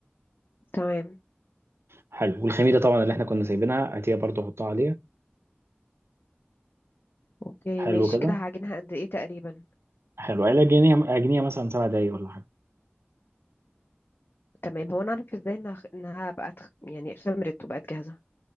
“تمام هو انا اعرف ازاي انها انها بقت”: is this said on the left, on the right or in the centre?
Left